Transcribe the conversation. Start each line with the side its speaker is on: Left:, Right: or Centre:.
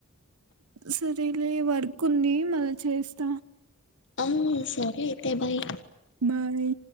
Right: సరేలే వర్క్ ఉంది మళ్ళ చేస్త
Left: అ సరే అయితే బాయ్
Right: బాయ్.